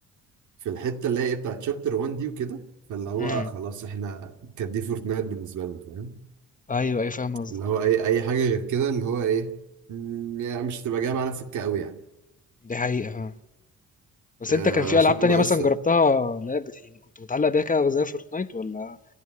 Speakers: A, on the right; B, on the left.
A: في الحته اللي هي ايه بتاعت شابتر 1 دي وكده فاللي هو
B: امم
A: خلاص احنا كانت دي فورتنايت بالنسبه لنا فاهم
B: ايوه ايوه فاهم قصدك
A: اللي هو ايه اي حاجه غير كده اللي هو ايه مم، يعني مش تبقى جايه معانا سكه قوي يعني
B: دي حقيقة فاهم بس
A: آه
B: انت كان في
A: عشان
B: ألعاب
A: بقى
B: تانية مثلا
A: لسه
B: جربتها لا بت- يعني كنت متعلق بيها كده زي فورتنايت ولا